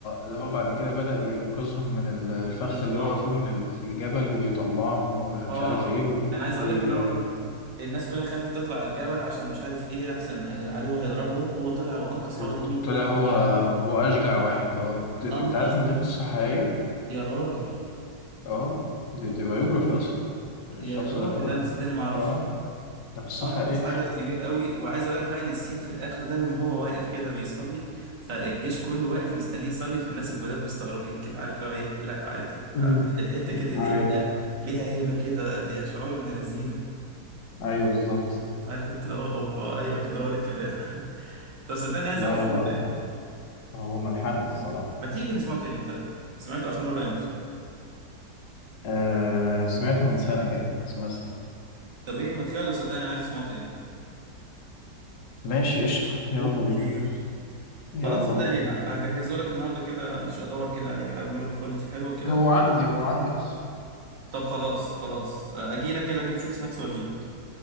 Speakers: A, on the left; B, on the right.
A: اللي هو بعد كده بدأ ينقذهم من ال- الفخ
B: بالظبط
A: اللي وقعوا فيه من ال... في الجبل ويطلعهم ومش
B: اه
A: عارف ايه و...
B: انا عايز
A: وي...
B: اقول لك ان هو الناس كلها خافت تطلع الجبل عشان مش عارف ايه لحسن العدو هيضربهم هو طلع وانقذ
A: وط-
B: حوالي 100
A: وطلع
B: واحد
A: هو
B: لوحده
A: هو اشجع واحد اه انت
B: انقذ
A: أنت عارف ان دي قصة حقيقية
B: يا راجل
A: اه دي, دي بايوجرافي اصلا الشخص
B: يا راجل
A: ده
B: انا صدقني ما اعرفش
A: اه ده قصة
B: انقذ
A: حقيقية
B: عدد كبير قوي وعايز اقول لك بقى ان السين في الاخر ده لما هو واقف كده بيصلي فالجيش كله واقف مستنيه يصلي فالناس الجداد مستغربين كده عارف اللي هو ايه لا عادي فالحته
A: مم.
B: كده دي
A: ايوه
B: ليها ليها هيبه كده يا شعور ابن لذينه
A: ايوه بالظبط
B: عارف انت اللي هو اوبا ايوه كده هو ده الكلام <laughs> طب صدقني عايز
A: ده
B: اروح
A: هو
B: اسمعه تاني
A: هو ملحمي الصراحة
B: ما تيجي نسمعه تاني انت سمعته اخر مره امتى
A: آه سمعته من سنة كده بس مثلا
B: طب ايه ما يلا صدقني انا عايز اسمعه تاني
A: ماشي قشطة يلا
B: فيلم
A: بينا
B: خطير
A: يلا
B: خلاص صدقني
A: بينا
B: هجهزه لك النهارده كده ش- ادور كده عليه احمله بكواليتي حلوه كده
A: هو عندي هو عندي اصلا
B: طب خلاص خلاص اجي لك كده اجيب شويه سناكس واجي لك